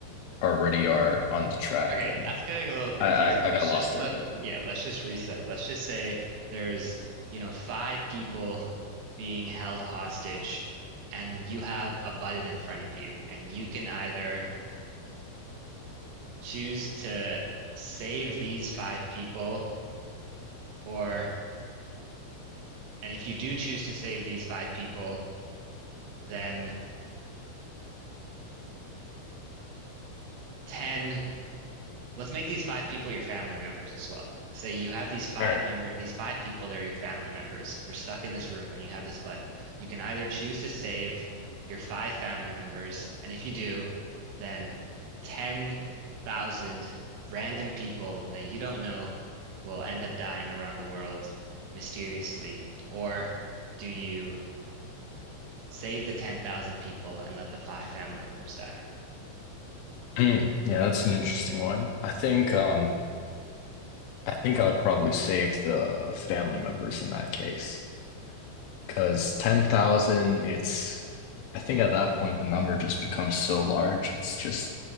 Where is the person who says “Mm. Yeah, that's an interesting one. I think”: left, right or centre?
Left